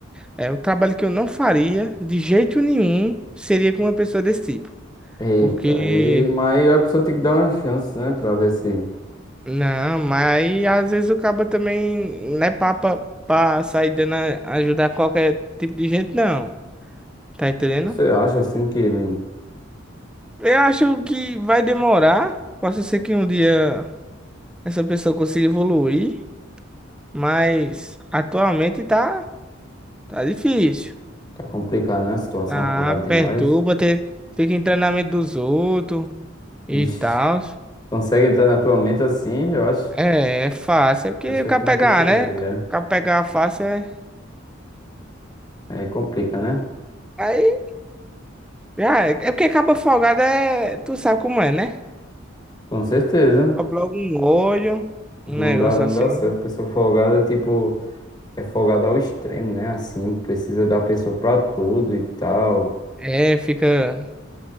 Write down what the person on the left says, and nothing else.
Eita,
aí, mas a pessoa tem que dar uma chance, né? Pra ver se
você acha assim que ele
tá complicado, né? A situação
pro lado de
nós.
Ixi,
consegue entrar na tua mente assim? Eu acho,
achei
que não
conseguiria.
Aí complica, né?
Com certeza.
Não
dá, não
dá certo. Pessoa folgada, tipo, é folgada ao extremo, né? Assim, precisa da pessoa pra tudo e tal.